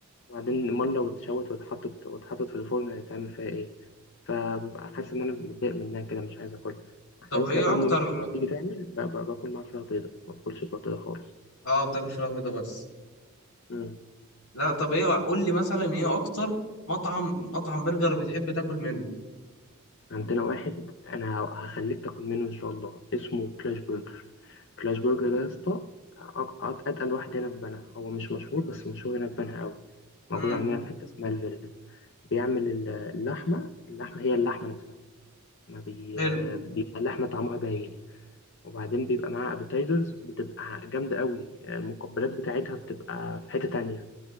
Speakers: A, on the left (about 55°); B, on the left (about 70°).
A: وبعدين امال لو اتشوت واتحطت واتحطت في الفرن هيتعمل فيها ايه فببقى حاسس ان انا متضايق منها كده مش عايز اكلها احس
B: طب ايه
A: لما امي
B: اكتر
A: مثلا تيجي تعمل ب- ب- باكل معاها فراخ بيضه ما باكلش البط ده خالص
B: اه بتاكل فراخ بيضه بس
A: مم.
B: لا طب ايه قول لي مثلا ايه اكتر مطعم مطعم برجر بتحب تاكل منه
A: عندنا واحد انا هخليك تاكل منه ان شاء الله اسمه كلاش برجر كلاش برجر ده يا اسطى أق- أق- اتقل واحد هنا في بنها هو مش مشهور بس مشهور هنا في بنها قوي موجود
B: امم
A: عندنا في حته اسمها الفيلا بيعمل ال- اللحمه اللحمه هي اللحمه نفسها ما بي...
B: حلو
A: بيبقى اللحمه طعمها باين وبعدين بيبقى معاها ابيتايزرز بتبقى جامده قوي المقبلات بتاعتها بتبقى في حته تانية